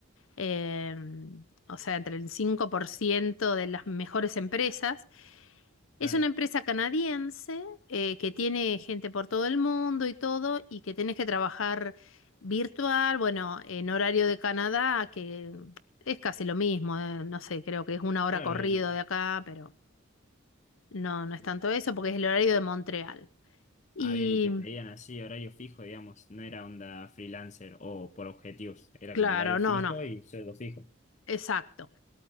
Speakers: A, on the left; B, on the left.
A: Em, o sea, entre el 5% de las mejores empresas.
B: Claro,
A: Es una empresa canadiense eh, que tiene gente por todo el mundo y todo, y que tenés que trabajar virtual, bueno, en horario de Canadá, que es casi lo mismo, eh, No sé, creo que es una hora
B: claro.
A: corrido
B: el-
A: de acá, pero no, no es tanto eso, porque es el horario de Montreal. Y
B: Ah, bien, y te pedían así horario fijo, digamos, no era onda freelancer o por objetivos, era
A: Claro,
B: con horario
A: no,
B: fijo
A: no,
B: y sueldo fijo.
A: exacto.